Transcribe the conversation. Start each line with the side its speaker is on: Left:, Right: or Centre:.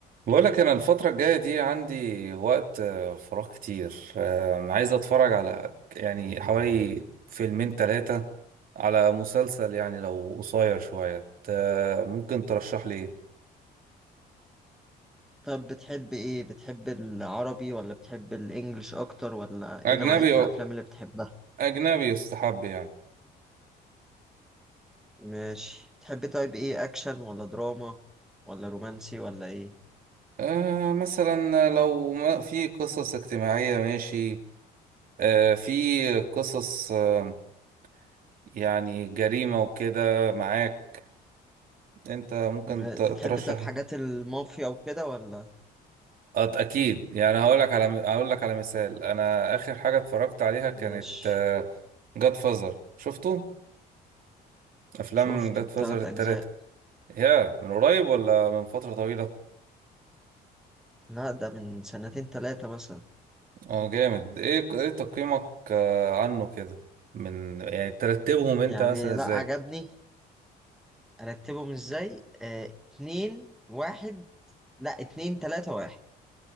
Right: بقولك أنا الفترة الجاية دي عندي وقت آه، فراغ كتير آه، عايز أتفرج على يعني حوالي فيلمين تلاتة على مسلسل يعني لو قصير شوية ت- ممكن ترشح لي إيه؟
Centre: طب بتحب ايه بتحب العربي ولا بتحب الانجليش اكتر ولا
Right: أجنبي
Centre: ايه نوعية الافلام اللي بتحبها
Right: أجنبي يستحب يعني
Centre: ماشي بتحب طيب ايه اكشن ولا دراما ولا رومانسي ولا ايه
Right: آه مثلا لو ما في قصص اجتماعية ماشي آه في قصص آه يعني جريمة وكده معاك أنت ممكن
Centre: م-
Right: ت-
Centre: بتحب
Right: ترشح
Centre: طيب
Right: إيه؟
Centre: حاجات المافيا وكده ولا
Right: أت- اكيد يعني هقول لك على هقول لك على مثال انا اخر حاجه اتفرجت عليها كانت
Centre: ماشي
Right: جاد فازر شفتوا افلام
Centre: شفته
Right: جاد فازر
Centre: تلات
Right: الثلاثه
Centre: اجزاء
Right: يا من قريب ولا من فتره طويله
Centre: لا ده من سنتين تلاتة مثلا
Right: اه جامد ايه ايه تقييمك آه، عنه كده من يعني ترتبهم انت
Centre: يعني
Right: مثلا
Centre: لا
Right: ازاي
Centre: عجبني ارتبهم ازاي آه اتنين واحد لا اتنين تلاتة واحد